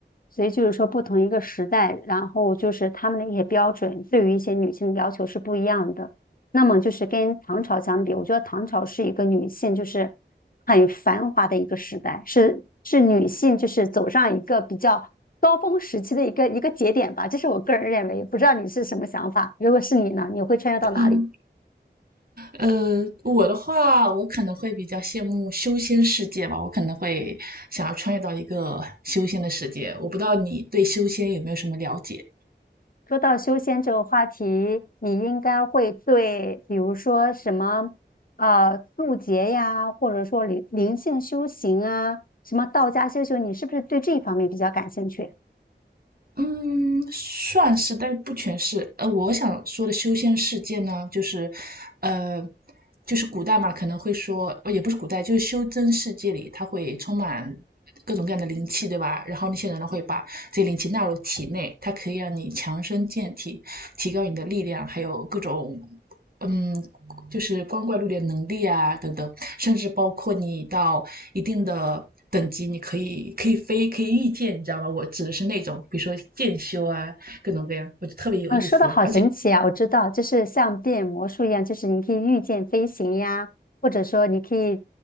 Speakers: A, on the left; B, on the right.
A: 所以就是说，不同一个时代，然后就是他们的一些标准，对于一些女性的要求是不一样的。那么就是跟唐朝相比，我觉得唐朝是一个女性就是很繁华的一个时代，是是女性就是走上一个比较高峰时期的一个一个节点吧。这是我个人认为，不知道你是什么想法？如果是你呢，你会穿越到哪里？
B: 嗯，呃，我的话，我可能会比较羡慕修仙世界吧，我可能会想要穿越到一个修仙的世界。我不知道你对修仙有没有什么了解？
A: 说到修仙这个话题，你应该会对，比如说什么，呃，渡劫呀，或者说灵灵性修行啊，什么道家修行，你是不是对这一方面比较感兴趣？
B: 嗯，算是，但不全是。呃，我想说的修仙世界呢，就是，呃，就是古代嘛，可能会说，呃也不是古代，就是修真世界里，它会充满各种各样的灵气，对吧？然后那些人呢会把这些灵气纳入体内，它可以让你强身健体，提高你的力量，还有各种，嗯，就是光怪陆离的能力啊等等，甚至包括你到一定的等级，你可以可以飞，可以御剑，你知道吗？我指的是那种，比如说剑修啊，各种各样，我就特别有意思，
A: 啊、说的好神奇啊！
B: 而且。
A: 我知道，就是像变魔术一样，就是你可以御剑飞行呀，或者说你可以